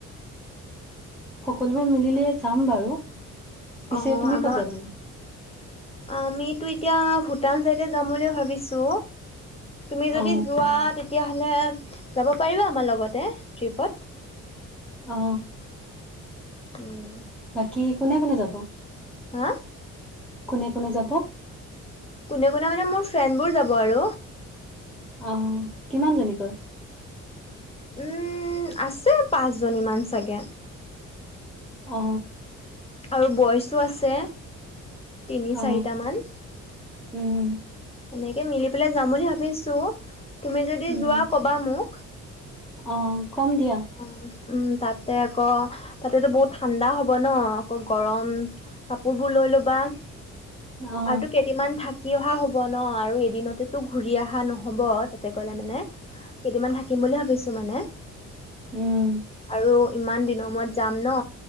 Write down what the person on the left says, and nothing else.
অ
আমাৰ
আমিতো এতিয়া ভূটান চাইডে যাম বুলি ভাবিছো। তুমি যদি
যোৱা তেতিয়াহ'লে যাব পাৰিবা আমাৰ লগতে ট্ৰিপত।
উম।
হা?
কোনে কোনে মানে মোৰ ফ্ৰেণ্ডবোৰ যাব আৰু।
উম আছে পাঁচজনীমান চাগে।
আৰু বইচো আছে তিনি
চাৰিটামান।
এনেকে মিলি পেলাই যাম বুলি ভাবিছো তুমি যদি
যোৱা কবা মোক।
অ উম তাতে আকৌ তাতেতো বহুত ঠাণ্ডা হ'ব ন আকৌ গৰম কাপোৰ বোৰ লৈ ল'বা আৰুতো
কে কেইদিনমান থাকি অহা হ'ব ন আৰু এদিনতেতো ঘূৰি অহা নহ'ব তাতে গ'লে মানে। কেইদিনমান থাকিম বুলি ভাবিছো মানে।
আৰু ইমান দিনৰ মূৰত যাম ন